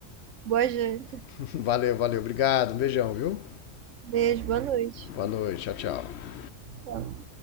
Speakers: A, on the right (about 85°); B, on the left (about 65°).
A: Boa janta.
B: <laughs> Valeu, valeu. Obrigado, um beijão, viu?
A: Beijo, boa noite.
B: Boa noite, tchau, tchau.
A: Tchau.